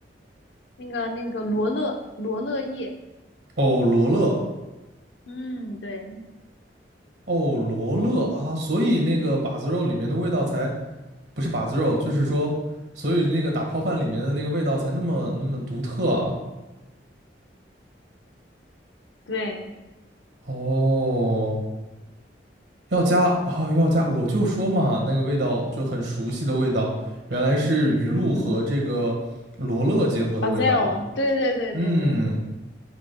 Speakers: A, on the left (about 80°); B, on the right (about 65°).
A: 那个那个罗勒罗勒叶，
B: 哦，罗勒，
A: 嗯，对
B: 哦罗勒啊，所以那个把子肉里面的味道才。不是把子肉，就是说，所以那个打泡饭里面的那个味道才那么那么独特啊。
A: 对。
B: 哦，要加啊，要加，我就说嘛，那个味道就很熟悉的味道，原来是鱼露和这个罗勒结合的味道啊。
A: 嗯，Bazel，对对对对对，
B: 嗯，